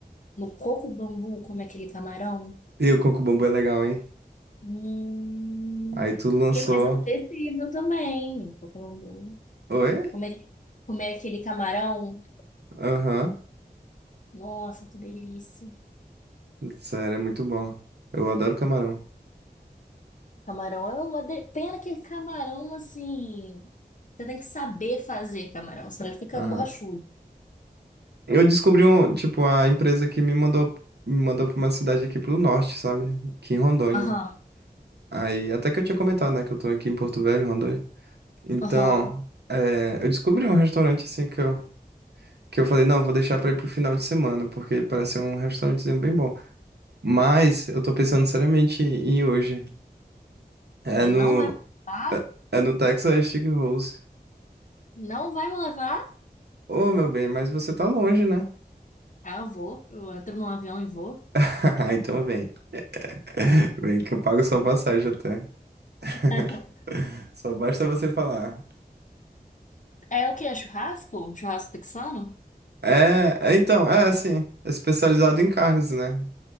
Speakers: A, on the left (about 50°); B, on the right (about 85°).
A: No coco bambu, como é aquele camarão?
B: e o Coco Bambu é legal, hein?
A: Hum.
B: Aí tu lançou.
A: E mais acessível também, coco bambu.
B: Oi?
A: Comer, comer aquele camarão.
B: Aham.
A: Nossa, que delícia.
B: Sério, é muito bom. Eu adoro camarão.
A: Camarão é uma de- pena que camarão assim, você tem que saber fazer camarão, senão ele fica
B: Aham.
A: borrachudo.
B: Eu descobri um, tipo, a empresa que me mandou, me mandou pra uma cidade aqui pro norte, sabe? Aqui em Rondônia.
A: Aham,
B: Aí, até que eu tinha comentado, né, que eu tô aqui em Porto Velho, Rondônia. Então,
A: aham.
B: é, eu descobri um restaurante assim que eu, que eu falei, não, eu vou deixar pra ir pro final de semana, porque parece ser um restaurantezinho bem bom. Mas eu tô pensando seriamente em ir hoje. É
A: E
B: no,
A: não vai me levar,
B: é no Texas Stick Rose.
A: não vai me levar.
B: Ô, meu bem, mas você tá longe, né?
A: Ah, eu vou, eu entro num avião e vou.
B: <laughs> Então vem. <laughs> Vem que eu pago sua passagem até. <laughs>
A: <laughs>
B: Só basta você falar.
A: É o quê? É Churrasco? Um Churrasco texano?
B: É, é, então, é assim, é especializado em carnes, né?